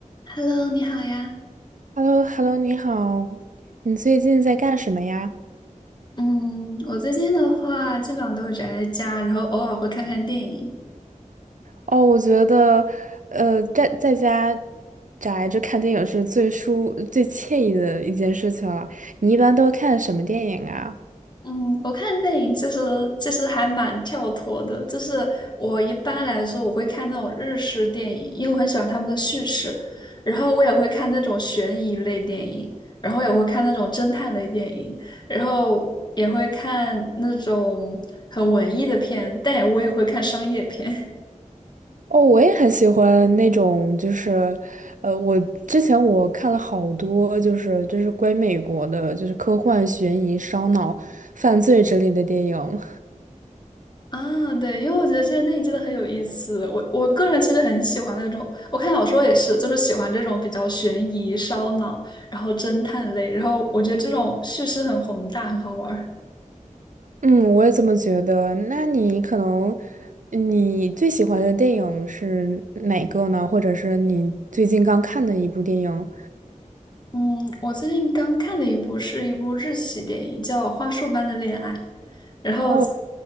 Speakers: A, on the left; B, on the right.
A: Hello，你好呀。
B: h e l l o h e l l o 你好，你最近在干什么呀？
A: 嗯，我最近的话，基本上都是宅在家，然后偶尔会看看电影。
B: 哦，我觉得，呃，在在家宅着看电影是最舒、最惬意的一件事情了。你一般都看什么电影啊？
A: 嗯，我看电影其实其实还蛮跳脱的，就是我一般来说我会看那种日式电影，因为我很喜欢他们的叙事，然后我也会看那种悬疑类电影，然后也会看那种侦探类电影，然后也会看那种很文艺的片，但也我也会看商业片。
B: 哦，我也很喜欢那种，就是，呃，我之前我看了好多，就是就是关于美国的，就是科幻、悬疑、烧脑、犯罪之类的电影。
A: 啊，对，因为我觉得这些电影真的很有意思。我我个人其实很喜欢那种，我看小说也是，就是喜欢这种比较悬疑、烧脑，然后侦探类，然后我觉得这种叙事很宏大，很好玩儿。
B: 嗯，我也这么觉得。那你可能，你最喜欢的电影是哪个呢？或者是你最近刚看的一部电影？
A: 嗯，我最近刚看的一部是一部日系电影，叫《花束般的恋爱》，然后
B: 哦，